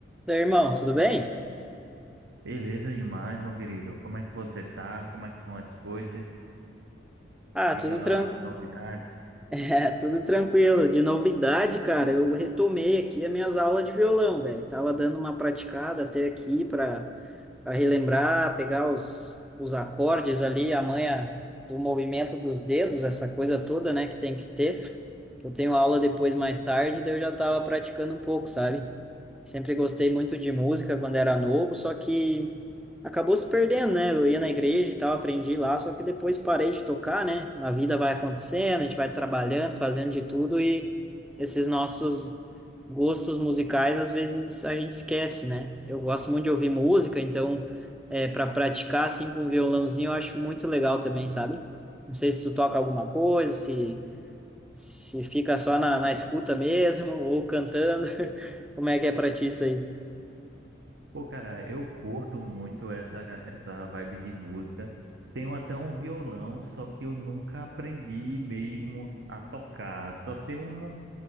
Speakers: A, in the centre; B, on the right (about 70°).
A: Daí, irmão, tudo bem?
B: Beleza demais, meu querido. Como é que você tá? Como é que estão as coisas?
A: Ah,
B: Me diga
A: tudo,
B: lá
A: tran...
B: as novidades.
A: <laughs> é, tudo tranquilo. De novidade, cara, eu retomei aqui as minhas aulas de violão, velho. Tava dando uma praticada até aqui para relembrar, pegar os, os acordes ali, a manha do movimento dos dedos, essa coisa toda, né, que tem que ter. Eu tenho aula depois mais tarde, daí eu já tava praticando um pouco, sabe? Sempre gostei muito de música quando era novo, só que acabou se perdendo, né? Eu ia na igreja e tal, aprendi lá, só que depois parei de tocar, né? A vida vai acontecendo, a gente vai trabalhando, fazendo de tudo e esses nossos gostos musicais às vezes a gente esquece, né? Eu gosto muito de ouvir música, então é, para praticar assim com um violãozinho eu acho muito legal também, sabe? Não sei se tu toca alguma coisa, se se fica só na, na escuta mesmo, ou cantando, <laughs> como é que é pra ti isso aí?
B: Pô, cara, eu curto muito essa, essa vibe de música. Tenho até um violão, só que eu nunca aprendi mesmo a tocar. Só sei um,